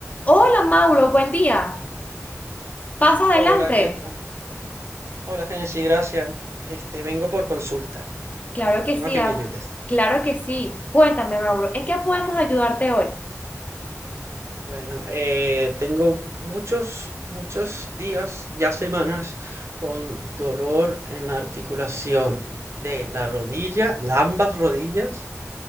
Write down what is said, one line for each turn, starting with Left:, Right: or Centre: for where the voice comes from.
Left: Hola Mauro, buen día. Pasa adelante.
Right: Hola, ¿qué tal? Hola, Genesis, gracias. Este, vengo por consulta.
Left: Claro que
Right: Vengo
Left: sí,
Right: a que
Left: ah,
Right: me ayudes.
Left: claro que sí. Cuéntame, Mauro, ¿en qué podemos ayudarte hoy?
Right: Bueno, eh, tengo muchos, muchos días, ya semanas, con dolor en la articulación de la rodilla, la- ambas rodillas.